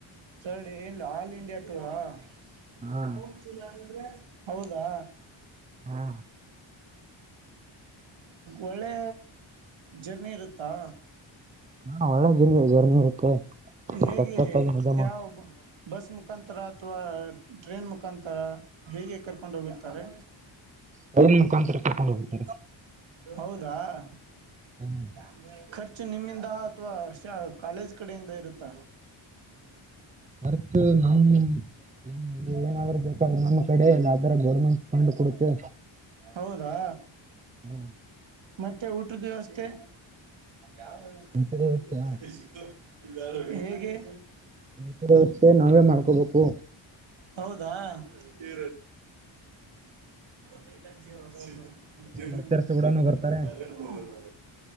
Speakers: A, on the right (about 70°); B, on the right (about 15°).
A: ಸರ್ಡಿ ಏನ್ ಆಲ್ ಇಂಡಿಯಾ ಟೂರಾ <unintelligible>
B: ಹಾ
A: ಹೋಗ <unintelligible> ಹೌದಾ.
B: ಹಾ.
A: ಒಳ್ಳೆ ಜರ್ನಿ ಇರುತ್ತಾ.
B: ಹಾ ಒಳ್ಳೆದಿದ್ದೀ ನೀವು ಜರ್ನಿ ಇರುತ್ತೆ.
A: ಹೇಗೆ
B: ಸಕ್ಕತ್ತಾಗಿ
A: <unintelligible>
B: ಮಜಾ ಮಾಡ್
A: ಯಾವ ಬಸ್ ಮುಖಾಂತರ ಅಥವಾ ಟ್ರೈನ್ ಮುಖಾಂತರ ಹೇಗೆ ಕರ್ಕೊಂಡ ಹೋಗಿರ್ತಾರೆ.
B: ಟ್ರೈನ್ ಮುಖಾಂತರ ಕರ್ಕೊಂಡು ಹೋಗ್ತಾರೆ
A: ಹೌದಾ <unintelligible>
B: ಹ್ಮ
A: ಖರ್ಚು ನಿಮ್ಮಿಂದ ಅಥವಾ ಕಾಲೇಜ್. ಕಡೆಯಿಂದ ಇರುತ್ತ.
B: ರ್ತ ನಮ್ಮ್ಮ ಏನಾದ್ರ ಬೇಕಾದ್ರೆ ನಮ್ಮ ಕಡೆಲ್ಲ ಅದರ ಗೌರ್ಮೆಂಟ್ ಫಂಡ್ ಕೊಡುತ್ತೆ
A: ಹೌದಾ
B: ಹ
A: ಮತ್ತೆ ಊಟದ ವ್ಯವಸ್ಥೆ ಯಾವ ನಮಗೆ
B: ಇಂಥದೇ ವ್ಯವಸ್ಥೆ
A: <unintelligible> <unintelligible> ಹೇಗೆ <unintelligible>
B: ಇಂಥದೇ ವ್ಯವಸ್ಥೆ ನಾವೇ ಮಾಡ್ಕೋಬೇಕು
A: ಹೌದಾ ಇ ಹ <unintelligible>
B: ಲೆಕ್ಚರ್ಸ್ ಕೂಡನು ಬರ್ತಾರೆ
A: <unintelligible>